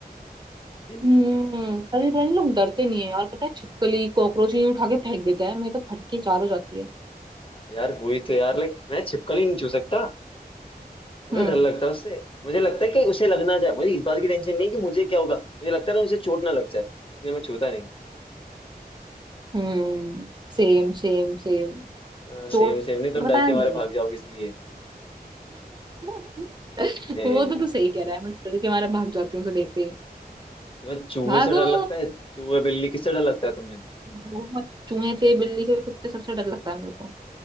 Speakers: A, on the left (about 35°); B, on the right (about 30°).
A: <laughs>
B: हम्म अरे पता नहीं लोग डरते नहीं है यार पता है छिपकली कॉकरोच यूं उठा के फेंक देते हैं मेरी तो फटके चार हो जाती है
A: यार हुई तो यार लाइक मैं छिपकली नहीं छू सकता मुझे
B: हम्म
A: डर लगता है उससे मुझे लगता है कि उसे लग ना जाए मुझे इस बात की टेंशन नहीं कि मुझे क्या होगा मुझे लगता है ना उसे चोट ना लग जाए इसलिए मैं छूता
B: हम्म Same same same
A: नहीं
B: चोट
A: सेम सेम नहीं तुम
B: पता
A: डर
B: नहीं
A: के मारे
B: लगी।
A: भाग जाओगे इसलिए
B: <laughs>
A: हे,
B: वो
A: हे, हे।
B: तो तू सही कह रहा है मैं डर के मारे भाग जाती हूँ उसे देखते ही
A: तुम्हें चूहे
B: भागो
A: से डर लगता है चूहे बिल्ली किससे डर लगता है तुम्हें
B: बहुत चूहे से बिल्ली से कुत्ते सबसे डर लगता है मेरे को